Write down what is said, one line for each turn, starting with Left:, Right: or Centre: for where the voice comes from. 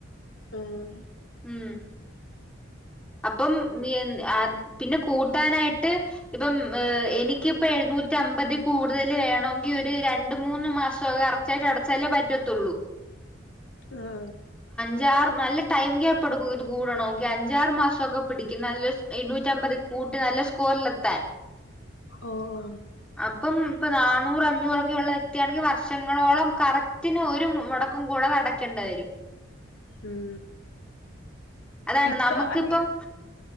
Left: ആഹ്
Centre: ഉം അപ്പം <unintelligible> പിന്നെ കൂട്ടാനായിട്ട് ഇപ്പം ഏ എനിക്കിപ്പെഴുന്നൂ നൂറ്റമ്പതികൂടുതൽ വേണോങ്കി ഒരു രണ്ട് മൂന്ന് മാസം കററ്റായിട്ട് അടച്ചാലേ പറ്റത്തുള്ളൂ
Left: ആ
Centre: അഞ്ചാറ് നല്ല ടൈം ഗ്യാപ്പെടുക്കും ഇത് കൂടണോങ്കി അഞ്ചാറ് മാസോക്കെ പിടിക്കും നല്ല എയൂറ്റമ്പത് കൂട്ട് നല്ല സ്കോറിലെത്താൻ
Left: ഓ ഓ
Centre: അപ്പം ഇപ്പൊ നന്നൂറഞ്ഞൂറൊക്കെ ഉള്ള വ്യക്തിയാണെങ്കി വർഷങ്ങളോളം കറക്റ്റന് ഒരു മുടക്കും കൂടാതെ അടക്കണ്ടെ രും
Left: ഉം
Centre: അതാണ്
Left: ഇപ്പൊ
Centre: നമുക്കിപ്പം
Left: അല്ലെ <inaudible>